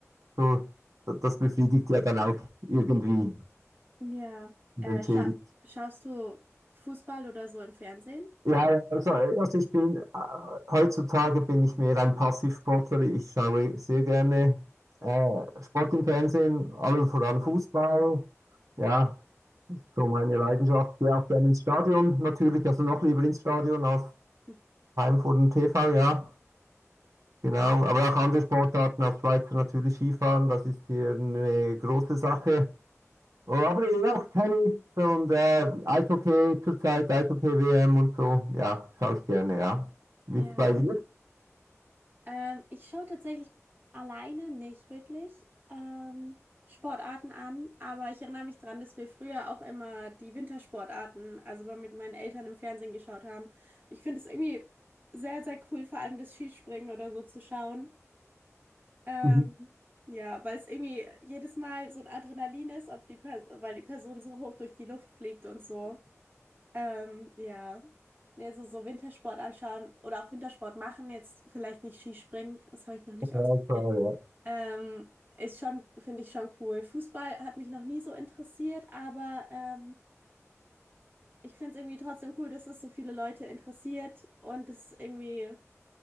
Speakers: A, on the right; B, on the right.
A: So, da- das befriedigt ja dann auch irgendwie
B: Ja.
A: und
B: Äh,
A: entschädigt.
B: scha schaust du Fußball oder so im Fernsehen?
A: Ja, ja, also, also ich bin, äh, heutzutage bin ich mehr ein Passivsportler. Ich schaue sehr gerne äh, Sport im Fernsehen, allen voran Fußball. Ja, so meine Leidenschaft. Gehe auch gerne ins Stadion natürlich, also noch lieber ins Stadion als
B: Hm.
A: heim Heimfurt und TV, ja, genau. Aber auch andere Sportarten als Schweizer natürlich Skifahren, das ist hier eine große Sache. Oh, Aber eben auch Tennis und äh, Eishockey zurzeit, Eishockey-WM und so, ja, schaue ich gerne, ja. Wie
B: Ja.
A: ist es bei dir?
B: Ähm, ich schaue tatsächlich alleine nicht wirklich ähm, Sportarten an, aber ich erinnere mich daran, dass wir früher auch immer die Wintersportarten, also mal mit meinen Eltern im Fernsehen geschaut haben. Ich finde es irgendwie sehr, sehr cool, vor allem das Skispringen oder so zu schauen. Ähm,
A: Mhm.
B: ja, weil es irgendwie jedes Mal so ein Adrenalin ist, ob die Pers- weil die Person so hoch durch die Luft fliegt und so. Ähm, ja. Nee, so, so Wintersport anschauen oder auch Wintersport machen, jetzt vielleicht nicht Skispringen, das habe ich noch nicht
A: Ja,
B: ausprobiert.
A: klar, ja.
B: Ähm, ist schon, finde ich schon cool. Fußball hat mich noch nie so interessiert, aber ähm, ich finde es irgendwie trotzdem cool, dass es so viele Leute interessiert und es irgendwie,